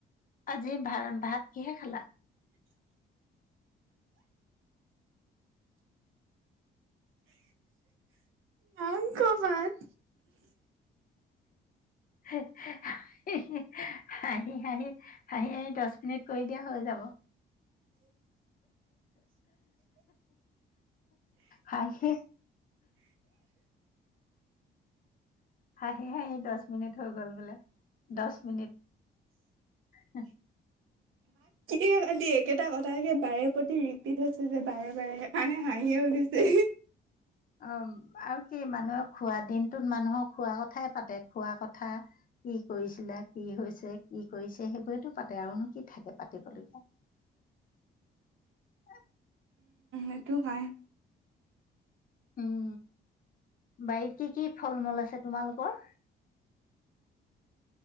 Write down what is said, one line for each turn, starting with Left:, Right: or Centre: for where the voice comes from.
Left: আজি ভা ভাত কিহে খালা?
Right: মাংস ভাত।
Left: হাঁহি হাঁহি হাঁহি হাঁহি দহ মিনিট কৰি দিয়া হৈ যাব। হাঁহি হাঁহি হাঁহি দহ মিনিট হৈ গল বোলে দহ মিনিট। হুম।
Right: এই কালি একেটা কথাকে বাৰে প্ৰতি ৰিপিট হৈছো যে বাৰে বাৰে সেইকাৰণে হাঁহিয়ে উঠিছে।
Left: অ' আৰু কি মানুহে খোৱা দিনটোত মানুহৰ খোৱা কথাই পাতে খোৱা কথা কি কৰিছিলা, কি হৈছে, কি কৰিছে, সেইবোৰেতো পাতে আৰুনো কি থাকে পাতিবলগীয়া।
Right: এইটো হয়।
Left: উম বাৰীত কি কি ফল মূল আছে তোমালোকৰ?